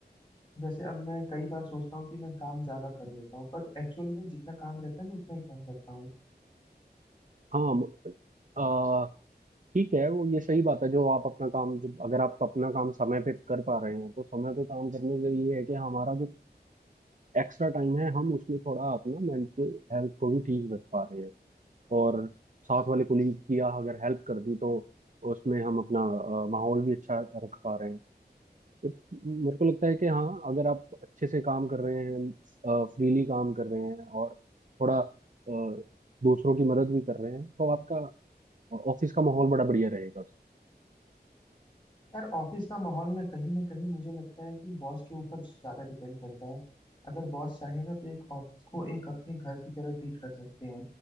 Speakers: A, on the left (about 25°); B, on the right (about 50°).
A: जैसे अब मैं कई बार सोचता हूँ कि मैं काम ज्यादा कर लेता हूँ पर एक्चुअल में जितना काम रहता है मैं उतना ही काम करता हूँ
B: हाँ म- आ, ठीक है वो ये सही बात है जो आप अपना काम जो अगर आप अपना काम समय पे कर पा रहे हैं तो समय पे काम करने से ये है कि हमारा जो एक्स्ट्रा टाइम है हम उसमें थोड़ा अपना मेंटल हेल्थ को भी ठीक रख पा रहे हैं और साथ वाले कोलीग की या अगर हेल्प कर दी तो उसमें हम अपना अ, माहौल भी अच्छा रख पा रहे हैं तो मेरे को लगता है कि हाँ अगर आप अच्छे से काम कर रहे हैं फ्रीली काम कर रहे हैं और थोड़ा अ, दूसरों की मदद भी कर रहे हैं तो आपका ऑफिस का माहौल बड़ा बढ़िया रहेगा
A: यार ऑफिस का माहौल ना कहीं ना कहीं मुझे लगता है कि बॉस के ऊपर ज्यादा डिपेंड करता है अगर बॉस चाहे ना तो एक ऑफिस को एक अपने घर की तरह ट्रीट कर सकते हैं